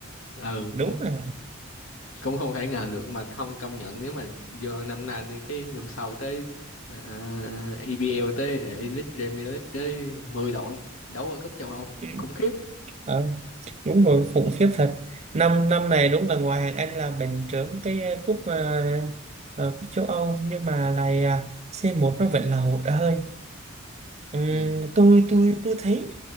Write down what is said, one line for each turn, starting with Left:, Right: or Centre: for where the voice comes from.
Left: ừ
Right: đúng rồi
Left: cũng không thể ngờ được mà không công nhận nếu mà vô năm nay này, cái năm sau tới à, EPL tới à, Elite Premier League tới 10 đội đấu ở cúp châu Âu
Right: Ừ.
Left: khủng khiếp
Right: Ờ, đúng rồi khủng khiếp thật năm năm này đúng là ngoài hàng Anh là bình trưởng cái à, cúp à, à, cúp châu Âu nhưng mà lại à, c một nó vẫn là hụt hơi Ừm,
Left: ừ.
Right: tôi tôi tôi thấy